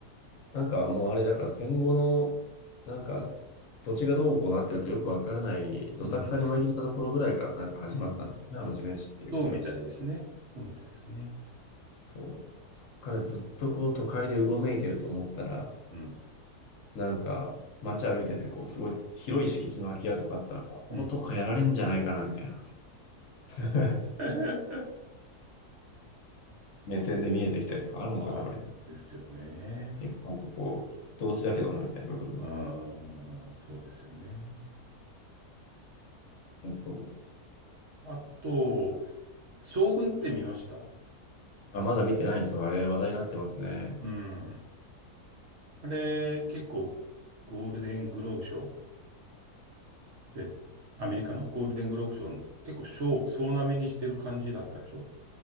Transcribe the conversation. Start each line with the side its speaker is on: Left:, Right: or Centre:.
Left: なんかもうあれだから戦後の、なんか土地がどうこうなってるかよくわからない、どさくさに紛れたところぐらいからなんか始まったんですよね、
Right: うん。うん。
Left: あの地面師っていう人たち。
Right: そうみたいですね。そうみたいですね。
Left: そう。そっからずっとこう都会でうごめいてると思ったら、
Right: うん。
Left: なんか街歩いててこうすごい広い敷地の空き家とかあったら、こことかやられんじゃないかなみたいな
Right: うん。
Left: <laughs>
Right: <laughs>
Left: 目線で見えてきたりとかあるんですよ、
Right: ああ、
Left: たまに。
Right: ですよね。
Left: 結構ここ、ここ同地だけどなみたいな部分の。
Right: ああ、そうですよね。
Left: そう。
Right: あと、将軍って見ました
Left: あ、まだ見てないんですよ。あれ話題になってますね。
Right: うん。あれ、結構、ゴールデングローブ賞で、アメリカのゴールデングローブ賞の結構賞、総なめにしてる感じだったでしょ